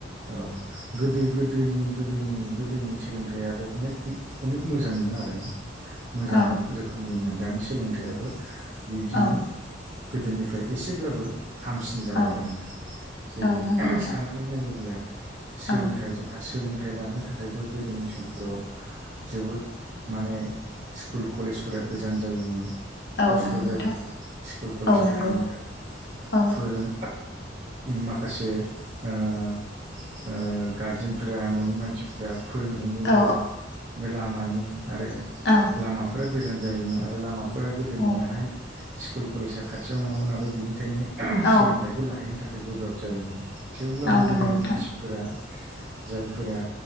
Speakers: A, on the right (about 40°); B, on the left (about 60°).
A: औ गोदो-गोदोनि-गोदोनि-गोदोनि सोलोंथाइयाबो अनेक मोजांमोन आरोना। मोजां
B: औ
A: रोखोमनिमोन दानि सोलोंथाइयाबो बिब्दिनो
B: औ
A: गोदोनिफ्राय एसेब्लाबो हामसिन जाबाय
B: औ
A: आरोना जेरै
B: औ नंगौ नोंथां
A: साननानै नायो ब्ला सोलोंथाइ
B: औ
A: जोंहा सोलोंथाइ लानो थाखायबो गोदोनि समफोराव जोबोद माने स्कुल कलेजफोरा गोजान जायोमोन। खस्थ
B: औ नंगौ नोंथां
A: जायोमोन स्कुल कलेजाव
B: औ नंगौ
A: थांनो
B: औ
A: फोरों माखासे ओ ओ गारजेनफोरा ननि मानसिफोरा फोरोंहैनोबो
B: औ
A: लामा। <unintelligible>
B: औ
A: लामाफ्राबो गोजान जायोमोन आरो लामाफ्रा गोदोनिया
B: औ
A: सकुल। कलेजा खाथियाव नङामोन नालाय बेनिखायनो
B: औ
A: सोलोंथाइखौ लाहैनो थाखाय गोब्राब जायोमोन। थेवब्लाबो
B: औ नंगौ
A: गोदोनि
B: नोंथां
A: मानसिफोरा जायफोरा